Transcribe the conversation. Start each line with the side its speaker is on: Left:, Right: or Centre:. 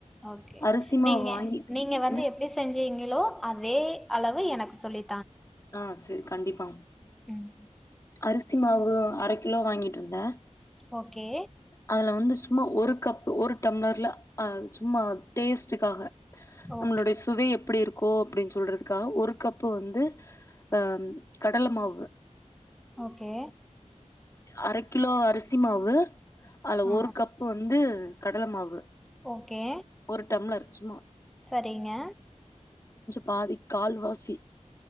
Centre: ஓகே.
Left: அரிசி மா
Centre: நீங்க
Left: வாங்கி
Centre: நீங்க வந்து
Left: என்ன
Centre: எப்படி செஞ்சீங்களோ, அதே அளவு எனக்கு சொல்லி
Left: ஆ செரி கண்டிப்பா
Centre: ம்.
Left: அரிசி மாவு அரக் கிலோ வாங்கீட்டு வந்த
Centre: ஓகே,
Left: அதுல வந்து சும்மா ஒரு கப்பு ஒரு டம்ளர்ல அ சும்மா டேஸ்டு க்காஹ
Centre: ஓகே,
Left: நம்மளுடை சுவை எப் எப்டி இருக்கோ அப்டின் சொல்றதுக்காஹ ஒரு கப்பு வந்து அம் கடல மாவு
Centre: ஓகே
Left: அரைக் கிலோ அரிசி மாவு அல்ல
Centre: ஆ,
Left: ஒரு கப்பு வந்து கடல மாவு
Centre: ஓகே.
Left: ஒரு டம்ளர் ச்சும்மா
Centre: சரிங்க
Left: பாதி கால்வாசி